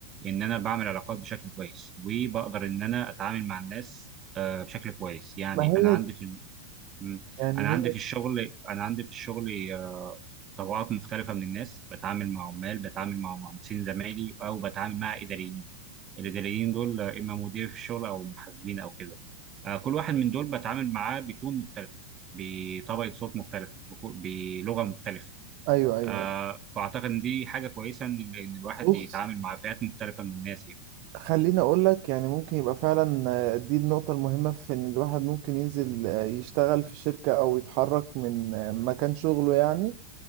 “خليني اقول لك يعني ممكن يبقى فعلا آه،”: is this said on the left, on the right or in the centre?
Right